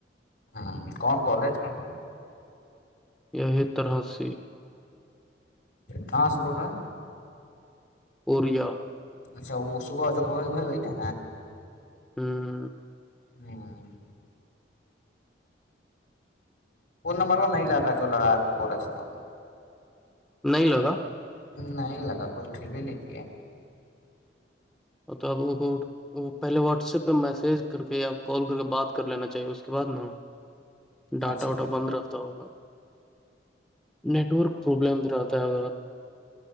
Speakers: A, on the left; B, in the centre.
A: ہوں کون کالج کون
B: یہی طرح سے
A: کہاں سے بول رہے ہیں
B: اوریا
A: اچھا وہ صب گی نا
B: ہاں
A: ہوں وہ نمبر وہ نہیں لگا جو لگا بول ستاوں
B: نہیں لگا
A: نہیں لگا کلٹری بھی نہیں دیے
B: اور تو آپ کوٹوں وہ پہلے واٹسپ پہ میسج کر کے یا کال کر کے بات کر لینا چاہیے اس کے بعد ن ڈاٹا
A: اچھا
B: ووٹا
A: دیکھ
B: بند رہکھتا ہوگا نیٹ ورک پرابلم رہتا ہے ا